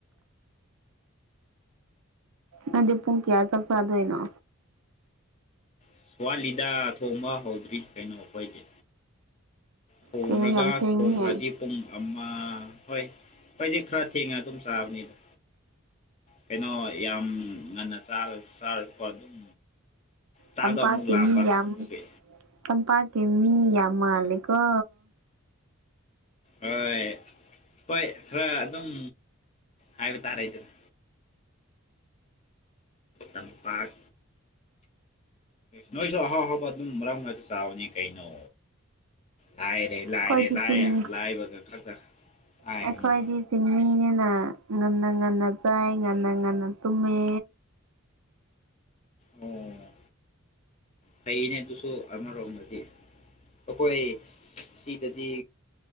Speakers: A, on the right; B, on the left.
A: ꯃꯗꯤꯄꯨꯡ ꯀꯌꯥ ꯆ ꯁꯥꯗꯌꯦꯅ
B: ꯁꯋꯥꯠꯂꯤꯗ ꯊꯣꯡꯕ ꯍꯧꯗ꯭ꯔꯤ ꯀꯩꯅꯣ ꯑꯩꯈꯣꯏꯁꯦ ꯊꯣꯡꯂꯒ
A: ꯀꯩꯅꯣ ꯌꯥꯝ ꯊꯦꯡꯉꯤꯍꯦ
B: ꯊꯣꯡꯈ꯭ꯔꯗꯤ ꯄꯨꯡ ꯑꯃ ꯍꯣꯏ ꯐꯣꯏꯗꯤ ꯈꯔ ꯊꯦꯡꯉ ꯑꯗꯨꯝ ꯆꯥꯕꯅꯤꯗ ꯀꯩꯅꯣ ꯌꯥꯝ ꯉꯟꯅꯥ ꯆꯥꯔꯁꯨꯀꯣ ꯑꯗꯨꯝ ꯆꯥꯛꯗꯣ
A: ꯆꯝꯄꯥꯛ
B: ꯑꯃꯨꯛ
A: ꯀꯅꯤ
B: ꯂꯥꯝꯕ
A: ꯌꯥꯝ
B: ꯑꯗꯨꯒꯤ
A: ꯆꯝꯄꯥꯛ ꯀꯤꯃꯤ ꯌꯥꯝ ꯃꯥꯜꯂꯦꯀꯣ
B: ꯍꯣꯏ ꯍꯣꯏ ꯈꯔ ꯑꯗꯨꯝ ꯍꯥꯏꯕ ꯇꯥꯔꯦꯗꯅ ꯇꯝꯄꯥꯛ ꯅꯣꯏꯁꯨ ꯑꯍꯥꯎ ꯑꯍꯥꯎꯕ ꯑꯗꯨꯝ ꯃꯔꯛ ꯃꯔꯛꯇ ꯆꯥꯋꯣꯅꯦ ꯀꯩꯅꯣ ꯂꯥꯏꯔꯦ
A: ꯑꯩꯈꯣꯏꯗꯤ
B: ꯂꯥꯏꯔꯦ ꯂꯥꯏ
A: ꯆꯤꯡ
B: ꯂꯥꯏꯕꯒ ꯈꯛꯇ ꯍꯥꯏꯒꯅꯨꯕ
A: ꯑꯩꯈꯣꯏꯗꯤ ꯆꯤꯡꯃꯤꯅꯦꯅ ꯉꯝꯅꯪ ꯉꯟꯅ ꯆꯥꯏ ꯉꯟꯅ ꯉꯟꯅ ꯇꯨꯝꯃꯦ
B: ꯑꯣ ꯐꯩꯅꯦ ꯑꯗꯨꯁꯨ ꯑꯃꯔꯣꯝꯗꯗꯤ ꯑꯈꯣꯏ ꯁꯤꯗꯗꯤ